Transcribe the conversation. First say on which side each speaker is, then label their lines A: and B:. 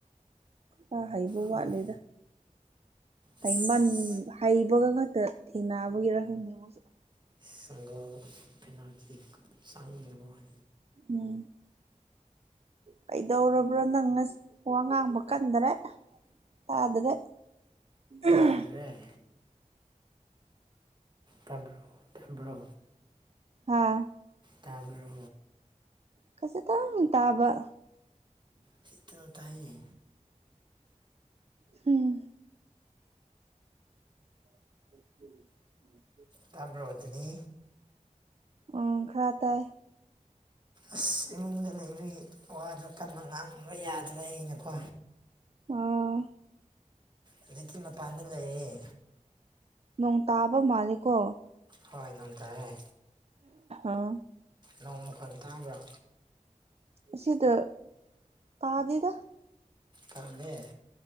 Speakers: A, on the right; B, on the right.
A: ꯈꯔ ꯍꯩꯕ
B: ꯍꯣꯏ
A: ꯋꯥꯠꯂꯦꯗ ꯍꯩꯏꯃꯟ
B: ꯑꯁ
A: ꯍꯩꯕꯒ ꯈꯛꯇ ꯊꯦꯡꯅꯕꯒꯤꯔ ꯈꯪꯗꯦ ꯃꯣꯏꯁꯨ
B: <unintelligible> ꯆꯪꯉꯤꯃꯣꯏ
A: ꯎꯝ ꯀꯩꯗꯧꯔꯕ꯭ꯔꯥ ꯅꯪ ꯉꯁꯤ ꯋꯥ ꯉꯥꯡꯕ ꯀꯟꯗꯔꯦ ꯇꯥꯗꯔꯦ ꯎꯝꯍ
B: ꯇꯥꯗ꯭ꯔ‌ꯦ ꯇꯥꯕ꯭ꯔꯣ ꯇꯥꯕ꯭ꯔꯣ
A: ꯍꯥꯥ
B: ꯇꯥꯕ꯭ꯔꯣ
A: ꯈꯖꯤꯛꯇꯪ ꯇꯥꯕ
B: ꯈꯤꯇꯪ ꯇꯥꯏꯌꯦ
A: ꯍꯝ <inaudible>
B: ꯇꯥꯕ꯭ꯔꯣ ꯑꯗꯨꯗꯤ
A: ꯎꯝ ꯈꯔ ꯇꯥꯏ
B: ꯑꯁ ꯏꯃꯨꯡꯗ ꯂꯩꯕꯒꯤ ꯋꯥꯗꯣ ꯀꯟꯅ ꯉꯥꯡꯕ ꯌꯥꯗ꯭ꯔ‌ꯦ ꯅꯦꯀꯣ
A: ꯑꯣ
B: ꯍꯧꯖꯤꯛꯇꯤ ꯃꯄꯥꯟꯗ ꯂꯩꯌꯦ
A: ꯅꯣꯡ ꯇꯥꯕ ꯃꯥꯂꯦꯀꯣ
B: ꯍꯣꯏ ꯅꯣꯡ ꯇꯥꯏꯌꯦ
A: ꯑꯥ
B: ꯅꯣꯡ ꯃꯈꯣꯟ ꯇꯥꯕ꯭ꯔꯣ
A: ꯑꯁꯤꯗ ꯇꯥꯗꯦꯗ
B: ꯇꯥꯗꯦ